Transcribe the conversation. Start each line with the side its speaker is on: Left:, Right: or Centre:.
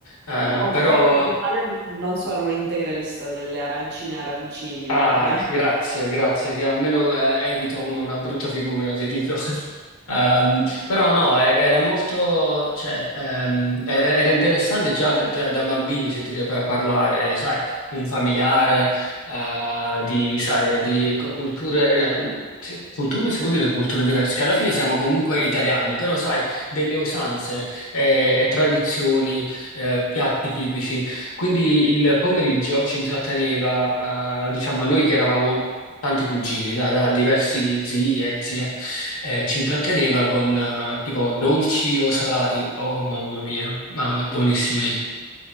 Left: Eh,
Right: Offendermi,
Left: però.
Right: ma io non so, non sono un integralista delle arancine e arancini
Left: Ah,
Right: per me.
Left: grazie, grazie, che almeno eh, evito un- una brutta figura, ti dico. <laughs> Ehm, però no, era, era molto, cioè, ehm, e- era interessante già da, da- da bambini sentire pa- parlare, sai, un familiare, eh, di, sai, di co- culture, eh, cioè, culture si può dire culture diverse, che alla fine siamo comunque italiani, però sai, delle usanze, eh, e tradizioni, eh, piatti tipici. Quindi il pomeriggio ci intratteneva, eh, diciamo, a noi che eravamo tanti cugini, da, da diversi zii e zie, eh, ci intratteneva con eh, tipo dolci o salati. Oh mamma mia, ma buonissimi.